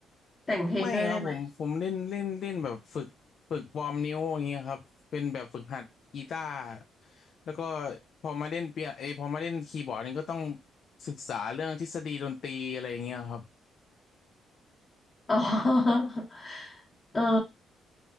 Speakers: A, on the left (about 30°); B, on the left (about 60°).
A: แต่งเพลงด้วยได้ไหม
B: ไม่ครับผมผมเล่นเล่นเล่นแบบฝึกฝึกวอร์มนิ้วอย่างเงี้ยครับเป็นแบบฝึกหัดกีตาร์แล้วก็พอมาเล่นเปียเอยพอมาเล่นคีย์บอร์ดนี่ก็ต้องศึกษาเรื่องทฤษฎีดนตรีอะไรอย่างเงี้ยครับ
A: อ๋อ <laughs> เออ